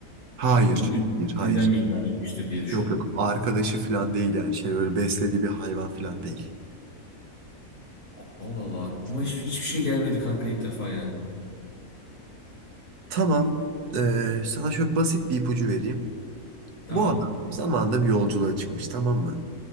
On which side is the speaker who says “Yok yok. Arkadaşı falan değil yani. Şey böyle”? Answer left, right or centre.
Right